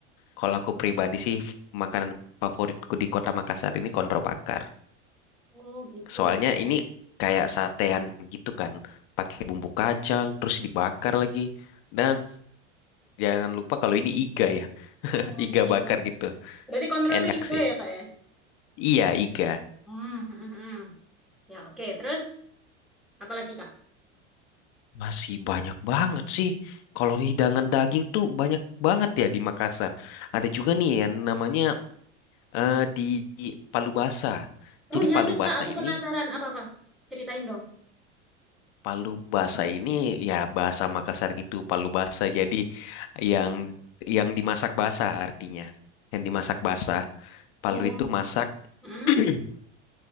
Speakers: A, on the left; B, in the centre.
A: Kalau aku pribadi sih makanan favoritku di Kota Makassar ini konro bakar.
B: Oh, gitu.
A: Soalnya ini kayak satean gitu kan, pakai bumbu kacang terus dibakar lagi. Dan jangan lupa kalau ini iga ya, <laughs>
B: Oh,
A: iga
B: iya iya
A: bakar
B: iya.
A: gitu.
B: Berarti kontrol
A: Enak
B: itu iga
A: sih.
B: ya, Kak ya?
A: Iya, iga.
B: Hmm. hmm, hmm, hmm. Ya, oke. Terus Apalagi Kak?
A: Masih banyak banget sih. Kalau hidangan daging tuh banyak banget ya di Makassar. Ada juga nih yang namanya eh, di di Palu Basa. Jadi
B: Oh ya
A: Palu
B: itu
A: Basa
B: Kak, aku
A: ini
B: penasaran apa-apa. Ceritain dong.
A: Palu Basa ini ya bahasa Makassar gitu, Palu Basa. Jadi yang yang dimasak basa artinya. Yang dimasak basa, palu
B: Oh,
A: itu masak.
B: mm,
A: <clears throat>